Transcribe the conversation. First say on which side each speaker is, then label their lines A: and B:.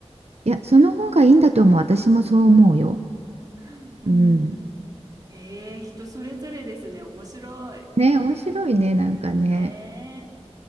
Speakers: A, on the right; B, on the right.
A: いや、その方がいいんだと思う。私もそう思うよ。
B: <laughs> うん。
A: うん。
B: へえ、人それぞれですね。面白い。
A: ね、面白いね、なんかね。
B: ねえ。